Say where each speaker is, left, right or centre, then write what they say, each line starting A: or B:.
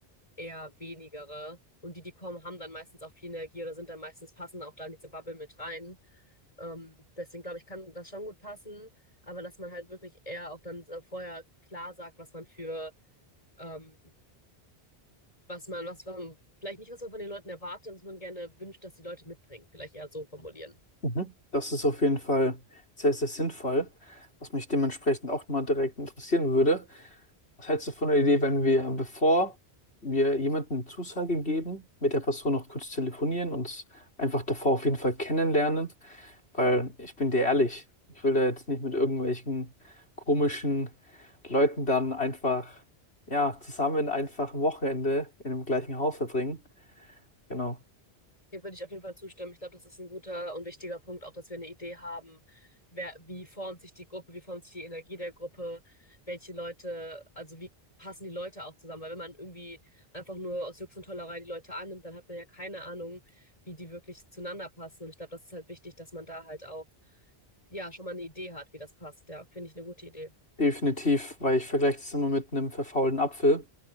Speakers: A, on the left; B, on the left.
A: eher wenigere. Und die, die kommen, haben dann meistens auch viel Energie oder sind dann meistens passen auch da in diese Bubble mit rein. Ähm, deswegen glaube ich, kann das schon gut passen, aber dass man halt wirklich eher auch dann so vorher klar sagt, was man für ähm, was man, was man, vielleicht nicht, was man von den Leuten erwartet, was man gerne wünscht, dass die Leute mitbringen. Vielleicht eher so formulieren.
B: Mhm. das ist auf jeden Fall sehr, sehr sinnvoll, was mich dementsprechend auch mal direkt interessieren würde. Was hältst du von der Idee, wenn wir, bevor wir jemandem eine Zusage geben, mit der Person noch kurz telefonieren, uns einfach davor auf jeden Fall kennenlernen? Weil ich bin dir ehrlich, ich will da jetzt nicht mit irgendwelchen komischen Leuten dann einfach, ja, zusammen einfach ein Wochenende in dem gleichen Haus verbringen. Genau.
A: Dem würde ich auf jeden Fall zustimmen. Ich glaube, das ist ein guter und wichtiger Punkt, auch dass wir eine Idee haben, wer, wie formt sich die Gruppe, wie formt sich die Energie der Gruppe, welche Leute, also wie passen die Leute auch zusammen. Weil wenn man irgendwie einfach nur aus Jux und Tollerei die Leute annimmt, dann hat man ja keine Ahnung, wie die wirklich zueinander passen. Und ich glaube, das ist halt wichtig, dass man da halt auch, ja, schon mal eine Idee hat, wie das passt. Ja, finde ich eine gute Idee.
B: Definitiv, weil ich vergleiche das immer mit einem verfaulten Apfel.